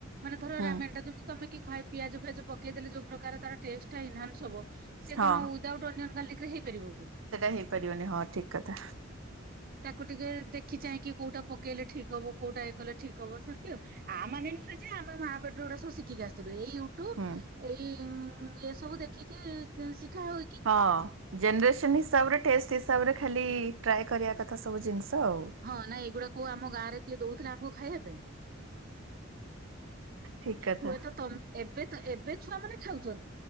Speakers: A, on the right (about 50°); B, on the right (about 80°).
A: ମାନେ ଧର
B: ହୁଁ
A: ରାମେନ୍ ଟା ଯେମିତି ତମେ କି ଖାଇ ପିଆଜ ଫିଆଜ ପକେଇ ଦେଲେ ଯୋଉ ପ୍ରକାର ତାର ଟେଷ୍ଟ ଟା ଏନହାନ୍ସ ହବ ସେ
B: ହଁ।
A: କଣ ୱିଥ୍ ଆଉଟ୍ ଓନିଅନ୍ ଗର୍ଲିକ୍ ରେ ହେଇପାରିବ କି?
B: ସେଟା ହେଇପାରିବନି ହଁ ଠିକ କଥା
A: ତାକୁ ଟିକେ ଦେଖି ଚାହିଁକି କୋଉଟା ପକେଇଲେ ଠିକ ହବ କୋଉଟା ଏଇ କଲେ ଠିକ ହବ, ସେମିତି ଆଉ। ଆ ମାନେ ନୁହେଁ ଯେ ଆମେ ମା ପେଟରୁ ଏଗୁଡା ସବୁ ଶିଖିକି ଆସିଥିଲୁ। ଏଇ ୟୁଟୁବ
B: ହୁଁ।
A: ଏଇ ଏ ସବୁ ଦେଖିକି ଶିଖା ହଉ
B: ହଁ। ଜେନେରେସନ ହିସାବରେ ଟଷ୍ଟ ହିସାବରେ ଖାଲି ଟ୍ରାଏ କରିବା କଥା ସବୁ ଜିନିଷ ଆଉ।
A: ହଁ। ନାଇଁ ଏଇଗୁଡା କୋଉ ଆମ ଗାଁରେ କିଏ ଦଉଥିଲା ଆମକୁ ଖାଇବା ପାଇଁ?
B: ଠିକ କଥା।
A: ହୁଏତ ତମ ଏବେ ଏବେ ଛୁଆ ମାନେ ଖାଉଚନ୍ତି।